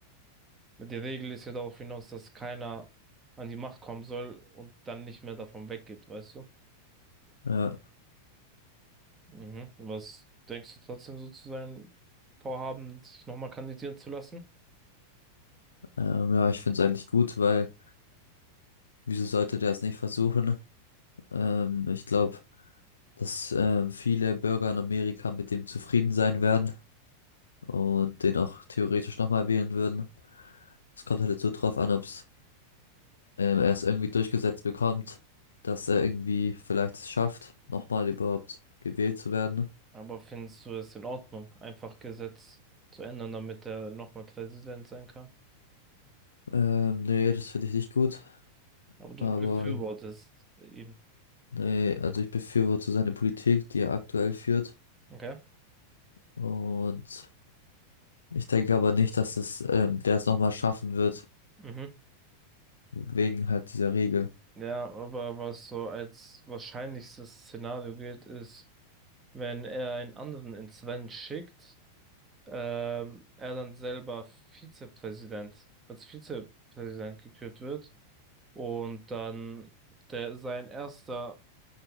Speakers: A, on the right; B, on the left.
A: Die Regel ist ja darauf hinaus, dass keiner an die Macht kommen soll und dann nicht mehr davon weggeht, weißt du?
B: Ja,
A: Mhm. Was denkst du trotzdem so zu sein, Vorhaben, sich nochmal kandidieren zu lassen?
B: ähm, ja, ich finde es eigentlich gut, weil wieso sollte der es nicht versuchen? Ähm, ich glaube, dass ähm, viele Bürger in Amerika mit dem zufrieden sein werden und den auch theoretisch nochmal wählen würden. Es kommt halt jetzt so drauf an, ob's ähm, er es irgendwie durchgesetzt bekommt, dass er irgendwie vielleicht es schafft, nochmal überhaupt gewählt zu werden.
A: Aber findest du es in Ordnung, einfach Gesetz zu ändern, damit er nochmal Präsident sein kann?
B: Ähm, nee, das finde ich nicht gut.
A: Aber du
B: Aber
A: befürwortest ihn.
B: nee, also ich befürworte seine Politik, die er aktuell führt.
A: Okay.
B: Und ich denke aber nicht, dass es, ähm, der es nochmal schaffen wird,
A: Mhm.
B: wegen halt dieser Regel.
A: Ja, aber was so als wahrscheinlichstes Szenario gilt, ist, wenn er einen anderen ins Rennen schickt, ähm, er dann selber Vizepräsident, als Vizepräsident gekürt wird und dann der sein erster